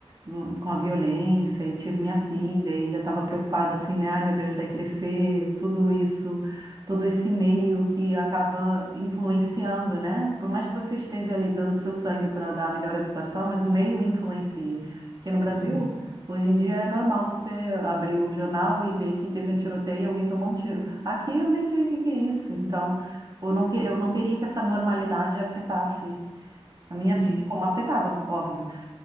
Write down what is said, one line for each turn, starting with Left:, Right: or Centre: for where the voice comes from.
Right: hum, com a violência, e tive minha filha,
Left: Hum,
Right: e já estava preocupada assim, né? Ai, meu Deus, vai crescer, tudo isso, todo esse meio que acaba influenciando, né? Por mais que você esteja ali dando seu sangue para dar a melhor educação, mas o meio influencia. Aqui no Brasil,
Left: Uhum.
Right: hoje em dia é normal você abrir o jornal e ver que teve um tiroteio e alguém tomou um tiro. Aqui eu nem sei o que que é isso, então. Eu não, que- eu não queria que essa normalidade afetasse a minha
Left: Uhum.
Right: vida, como afetava, óbvio.